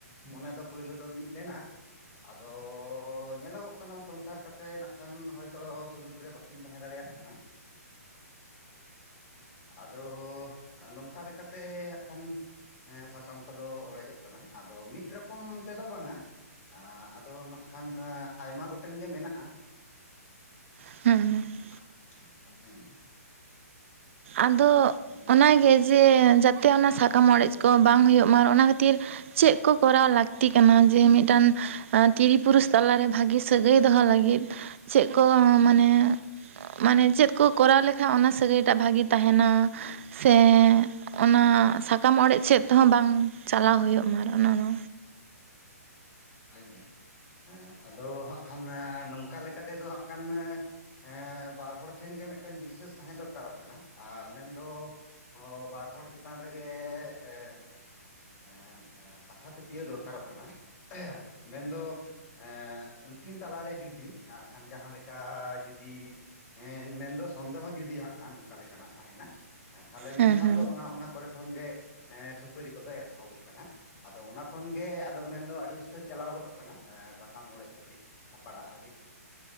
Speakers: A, on the left; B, on the right.
A: ᱢᱚᱱᱮ ᱫᱚ ᱯᱳᱭᱞᱳ ᱫᱚ ᱢᱤᱫ ᱞᱮᱱᱟ ᱾ ᱟᱫᱚ ᱧᱮᱞᱚᱜᱚᱜ ᱠᱟᱱᱟ ᱥᱚᱝᱥᱟᱨ ᱠᱟᱛᱮᱫ ᱱᱟᱜ ᱠᱷᱟᱱ ᱦᱚᱭᱛᱳ ᱥᱩᱞᱩᱠ ᱨᱮ ᱵᱟᱝ ᱠᱤᱱ ᱛᱟᱦᱮᱸ ᱫᱟᱲᱮᱭᱟᱜ ᱠᱟᱱᱟ, ᱟᱫᱚ ᱱᱚᱝᱠᱟ ᱞᱮᱠᱟᱛᱮ ᱦᱟᱸᱜ ᱠᱷᱟᱱ ᱦᱮᱸ ᱥᱟᱠᱟᱢ ᱠᱚᱫᱚ ᱚᱲᱮᱡᱚᱜ ᱠᱟᱱᱟ ᱟᱫᱚ ᱢᱤᱫ ᱨᱚᱠᱚᱢ ᱛᱮᱫᱚ ᱵᱟᱝᱟ, ᱟᱫᱚ ᱱᱟᱜ ᱠᱷᱟᱱ ᱟᱭᱢᱟ ᱜᱚᱴᱮᱱ ᱜᱮ ᱢᱮᱱᱟᱜ-ᱟ,
B: <unintelligible>
A: <unintelligible>
B: ᱟᱫᱚ
A: ᱠᱤ
B: ᱚᱱᱟᱜᱮ ᱡᱮ ᱡᱟᱛᱮ ᱚᱱᱟ ᱥᱟ ᱠᱟᱢ ᱚᱲᱮᱡ ᱠᱚ ᱵᱟᱝ ᱦᱩᱭᱩᱜ ᱢᱟ ᱚᱱᱟ ᱠᱷᱟᱹᱛᱤᱨ ᱪᱮᱫ ᱠᱚ ᱠᱚᱨᱟᱣ ᱞᱟᱹᱠᱛᱤ ᱠᱟᱱᱟ? ᱡᱮ ᱢᱤᱫᱴᱟᱝ ᱛᱤᱨᱤ ᱯᱩᱨᱩᱥ ᱛᱟᱞᱟᱨᱮ ᱵᱷᱟᱹᱜᱤ ᱥᱟᱹᱜᱟᱹᱭ ᱫᱚᱦᱚ ᱞᱟᱹᱜᱤᱫ ᱪᱮᱫ ᱠᱚ ᱢᱟᱱᱮ ᱢᱟᱱᱮ ᱪᱮᱫ ᱠᱚ ᱠᱚᱨᱟᱣ ᱞᱮᱠᱷᱟᱡ ᱚᱱᱟ ᱥᱟᱹᱜᱟᱹᱭ ᱴᱟᱜ ᱵᱷᱟᱜᱤ ᱛᱟᱦᱮᱱᱟ? ᱥᱮ ᱚᱱᱟ ᱥᱟᱠᱟᱢ ᱚᱲᱮᱡ ᱥᱮᱫ ᱛᱮᱦᱚᱸ ᱵᱟᱝ ᱪᱟᱞᱟᱣ ᱦᱩᱭᱩᱜ ᱢᱟ ᱚᱱᱮ ᱚᱱᱟ᱾
A: ᱦᱳᱭ ᱦᱳᱭᱸ ᱟᱫᱚ ᱦᱟᱸᱜ ᱠᱷᱟᱱ ᱱᱚᱝᱠᱟ ᱞᱮᱠᱟ ᱛᱮᱫᱚ ᱦᱟᱸᱜ ᱠᱷᱟᱱ ᱦᱮᱸ ᱵᱟᱨ ᱦᱚᱲ ᱴᱷᱮᱱ ᱜᱮ ᱢᱤᱫᱴᱮᱱ ᱵᱤᱥᱥᱟᱹᱥ ᱛᱟᱦᱮᱸ ᱫᱚᱨᱠᱟᱨᱚᱜ ᱠᱟᱱᱟ ᱟᱨ ᱢᱮᱱᱫᱚ ᱚ ᱵᱟᱨ ᱦᱚᱲ ᱪᱮᱛᱟᱱ ᱨᱮᱜᱮ ᱮ ᱮ ᱠᱟᱛᱷᱟ ᱯᱟᱹᱛᱭᱟᱹᱣ ᱫᱚᱨᱠᱟᱨᱚᱜ ᱠᱟᱱᱟ ᱢᱮᱱᱫᱚ ᱮᱸ ᱩᱱᱠᱤᱱ ᱛᱟᱞᱟᱨᱮ ᱡᱩᱫᱤ ᱟᱜ ᱠᱷᱟᱱ ᱡᱟᱦᱟᱸ ᱞᱮᱠᱟ ᱡᱩᱫᱤ ᱦᱮᱸ ᱢᱮᱱᱫᱚ ᱥᱚᱱᱫᱮᱦᱚ ᱡᱩᱫᱤ ᱦᱟᱸᱜ ᱚᱱᱠᱟ ᱞᱮᱠᱟᱱᱟᱜ ᱛᱟᱦᱮᱱᱟ ᱛᱟᱦᱞᱮ
B: ᱦᱮᱸ
A: ᱢᱮᱱᱠᱷᱟᱱ
B: ᱦᱮᱸ
A: ᱫᱚ ᱚᱱᱟ ᱚᱱᱟ ᱠᱚᱨᱮ ᱠᱷᱚᱱ ᱜᱮ ᱠᱷᱟᱹᱯᱟᱹᱨᱤ ᱠᱚᱫᱚ ᱮᱛᱚᱦᱚᱵᱚᱜ ᱠᱟᱱᱟ ᱟᱫᱚ ᱚᱱᱟ ᱠᱷᱚᱱ ᱜᱮ ᱟᱫᱚ ᱢᱮᱱᱫᱚ ᱟᱹᱰᱤ ᱩᱛᱟᱹᱨ ᱪᱟᱞᱟᱣ ᱜᱚᱫᱚᱜ ᱠᱟᱱᱟ ᱥᱟᱠᱟᱢ ᱚᱲᱮᱡ ᱦᱟᱹᱵᱤᱡ, ᱪᱷᱟᱯᱟᱴᱟᱜ ᱦᱟᱹᱵᱤᱡ᱾